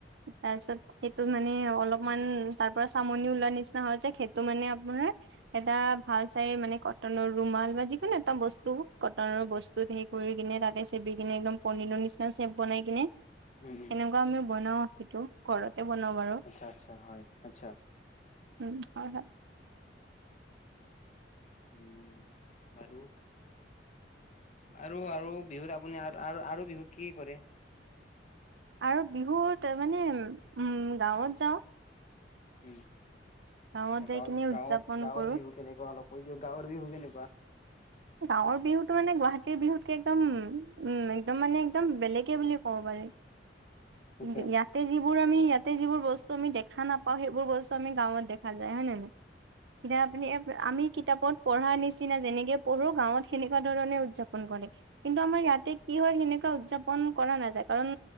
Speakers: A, on the right; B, on the left.
A: তাৰপিছত সেই টো মানে অলপমান তাৰ পৰা চামনি ওলোৱা নিচিনা হয় যে সেইটো মানে আপোনাৰ এটা ভাল চাই মানে কটনৰ ৰুমাল বা যিকোনো এটা বস্তু কটনৰ বস্তু ধেই পুৰি কিনে তাতে চেপি কিনে একদম পনীৰৰ নিচিনা চেপ বনাই কিনে
B: উম, উম,
A: এনেকুৱা আমি বনাওঁ সিটো ঘৰতে বনাওঁ বাৰু।
B: আচ্ছা, আচ্ছা, হয়, আচ্ছা,
A: উম, হয়-হয়
B: উম, বাৰু আৰু - আৰু বিহুত আপুনি আৰ আৰু-আৰু বিহুত কি কৰে?
A: আৰু বিহুত মানে <unintelligible> উম গাঁৱত যাওঁ।
B: উম, আচ্ছা
A: গাঁৱত যাই
B: গাঁৱত-গাঁৱত
A: কিনে উদযাপন
B: গাঁৱৰ
A: কৰো
B: বিহু কেনেকুৱা অলপ কৈ দিয়ক গাঁৱৰ বিহু কেনেকুৱা?
A: গাঁৱৰ বিহুটো মানে গুৱাহাটীৰ বিহুতকে একদম উম একদম মানে একদম বেলেগে বুলে ক'ব পাৰি।
B: <inaudible> আচ্ছা,
A: <unintelligible> তে যিবোৰ আমি ইয়াতে যিবোৰ বস্তু আমি দেখা নাপাওঁ সেইবোৰ বস্তু আমি গাঁৱত দেখা যায় হয় নে নাই?
B: <inaudible>
A: এতিয়া আপুনি <unintelligible> আমি কিতাপত পঢ়া নিচিনা যেনেকে পঢ়ো গাঁৱত সেনেকুৱা ধৰণে উদযাপন কৰে। কিন্তু আমাৰ ইয়াতে কি হয় সেনেকুৱা উদযাপন কৰা নাযায় কাৰণ